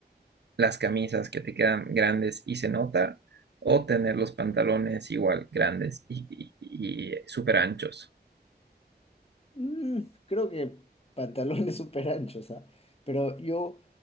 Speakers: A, on the right; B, on the left.
A: las camisas que te quedan grandes y se nota, o tener los pantalones igual grandes y, y, y súper anchos.
B: Mm, creo que pantalones <laughs> súper anchos, ¿ah? Pero yo,